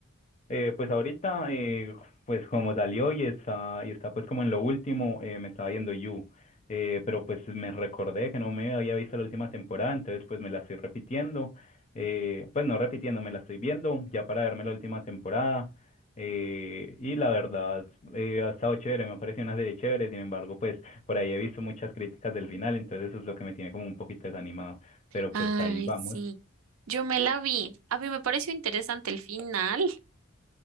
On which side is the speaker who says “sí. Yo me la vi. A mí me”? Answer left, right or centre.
Right